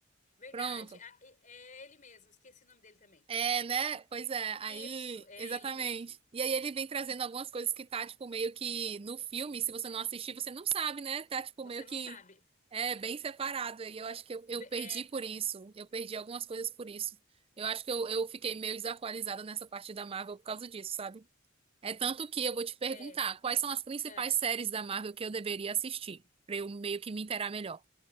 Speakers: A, on the left; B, on the right.
A: Verdade.
B: Pronto.
A: Ah, e- é ele mesmo, esqueci o nome dele também.
B: É, né? Pois é, aí,
A: Isso, é
B: exatamente.
A: ele mesmo.
B: E aí ele vem trazendo algumas coisas que tá, tipo, meio que no filme, se você não assistir, você não sabe, né? Tá, tipo,
A: Você
B: meio
A: não
B: que
A: sabe.
B: é bem separado. E eu acho que eu, eu
A: Be-
B: perdi
A: é,
B: por isso. Eu perdi algumas coisas por isso. Eu acho que eu, eu fiquei meio desatualizada nessa parte da Marvel por causa disso, sabe? É tanto que
A: eu,
B: eu vou te perguntar
A: é,
B: quais são as principais
A: ah.
B: séries da Marvel que eu deveria assistir, pra eu meio que me inteirar melhor.